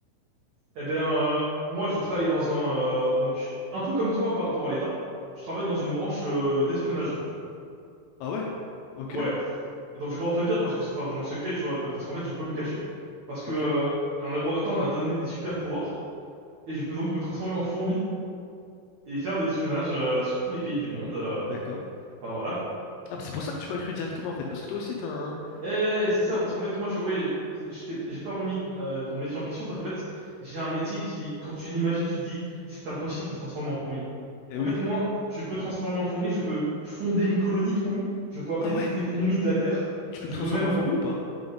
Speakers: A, on the right; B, on the left.
A: Eh bien, euh, moi, je travaille dans un euh, donc un peu comme toi par rapport à l'État. Je travaille dans une branche euh, d'espionnage.
B: Ah ouais? Ok,
A: Ouais. donc, j'ai le droit de te le dire parce que c'est pas vraiment secret, tu vois, bah, parce qu'en fait, je peux me cacher parce que
B: ok,
A: euh, un laboratoire m'a donné des super pouvoirs et je peux donc me transformer en fourmi et faire de l'espionnage euh, sur tous les pays du monde. euh.
B: d'accord.
A: Enfin voilà quoi.
B: Ah, mais c'est pour ça que tu m'as cru directement en fait, parce que toi aussi t'as un
A: Eh, c'est ça
B: pouvoir.
A: parce qu'en fait, moi, je, oui, j'étais, j'ai pas remis euh, ton métier en question parce qu'en fait, j'ai un métier qui, quand tu l'imagines, tu te dis c'est impossible de se transformer en fourmi.
B: Eh
A: En
B: oui.
A: fait, moi, je peux transformer en fourmi, je peux fonder une colonie de fourmis, je peux appeler
B: Ah ouais?
A: toutes les fourmis de la Terre,
B: Tu peux
A: je
B: me transformer
A: peux même,
B: en fourmi ou pas?